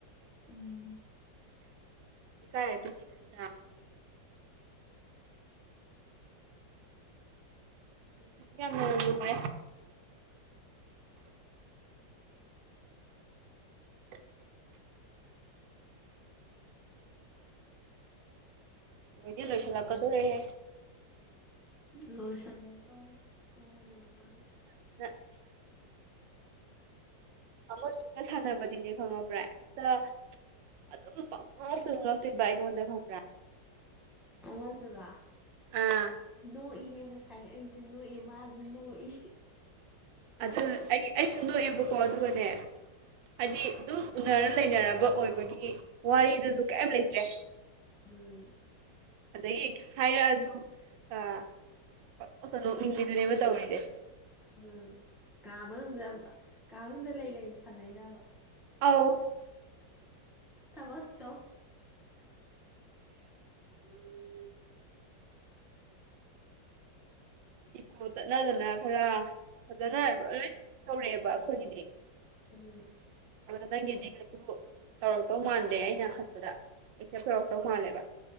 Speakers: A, in the centre; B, on the right (about 85°).
A: ꯎꯝ
B: ꯏꯀꯥꯏꯔꯛꯈꯤꯅꯤ ꯏꯊꯟꯇ ꯄꯨꯟꯁꯤꯖꯦ ꯌꯥꯝꯅ <unintelligible> ꯂꯨꯔꯦ <inaudible> ꯂꯣꯏꯗꯤ ꯂꯣꯏꯁꯤꯜꯂꯛꯀꯗꯧꯔꯦꯍꯦ
A: ꯂꯣꯁꯜꯂꯛꯇꯣꯔꯦ ꯋꯅꯥ ꯋꯅꯥ
B: <unintelligible> ꯑꯃꯒꯤꯒ ꯁꯥꯟꯅꯕꯗꯤꯅꯦ ꯈꯪꯉꯕ꯭ꯔꯥ ꯍꯦꯛꯇ ꯑꯗꯨꯝ ꯄꯪꯅꯣꯛꯇ ꯅꯣꯉꯇꯣꯏꯕ ꯑꯩꯉꯣꯟꯗ ꯈꯪꯕ꯭ꯔꯥ
A: ꯑꯃꯗꯨꯔꫭ
B: ꯑꯥ
A: ꯅꯣꯛꯏꯍꯦ ꯉꯁꯥꯏ ꯑꯩ ꯖꯨ ꯅꯣꯛꯏ ꯃꯥꯖꯨ ꯅꯣꯛꯏ
B: ꯑꯗꯨ ꯑꯩ ꯑꯩꯁꯨ ꯅꯣꯛꯑꯦꯕꯀꯣ ꯑꯗꯨꯒꯅꯦ ꯍꯥꯏꯗꯤ ꯑꯗꯨꯝ ꯎꯅꯔ ꯂꯩꯅꯔꯕ ꯑꯣꯏꯕꯒꯤ ꯋꯥꯔꯤꯗꯨꯁꯨ ꯀꯩꯝ ꯂꯩꯇ꯭ꯔꯦ
A: ꯎꯝ
B: ꯑꯗꯥꯒꯤ ꯍꯥꯏꯔꯛꯑꯖꯨ ꯑ ꯄꯛꯅꯣꯛꯇ ꯅꯣꯛꯅꯤꯡꯕꯤꯗꯨꯅꯦꯕ ꯇꯧꯔꯤꯁꯦ
A: ꯎꯝ ꯀꯥ ꯃꯅꯨꯡꯗ ꯑꯝ ꯀꯥ ꯃꯅꯨꯡꯗ ꯂꯩ ꯂꯩꯅ ꯁꯥꯟꯅꯩꯔꯕ
B: ꯑꯥꯎ
A: ꯊꯕꯛꯇꯣ ꯎꯝ
B: ꯏꯀꯣ ꯆꯠꯅꯗꯅ ꯈꯔ ꯐꯖꯅ ꯂꯣꯏ ꯇꯧꯔꯛꯑꯦꯕ ꯑꯩꯈꯣꯏꯒꯤꯗꯤ
A: ꯎꯝ
B: ꯑ ꯅꯪꯒꯤꯗꯤ ꯀꯩꯁꯨ ꯇꯧꯔꯛꯇꯧ ꯃꯥꯟꯗꯦ ꯑꯩ <unintelligible> ꯈꯜꯂꯗ ꯑꯦꯛꯁꯦꯞ ꯇꯧꯔꯛꯇꯧ ꯃꯥꯜꯂꯦꯕ